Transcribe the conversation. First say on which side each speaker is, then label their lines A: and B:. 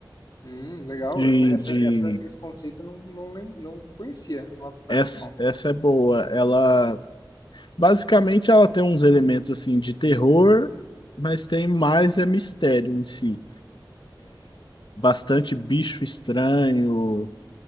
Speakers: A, on the left; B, on the left.
A: Hum, legal.
B: de,
A: Eu- Essa,
B: de...
A: essa- esse conceito eu não, não, lem- não conhecia, Lovecraft
B: Essa,
A: Country.
B: essa é boa. Ela, basicamente, ela tem uns elementos, assim, de terror, mas tem mais é mistério em si. Bastante bicho estranho,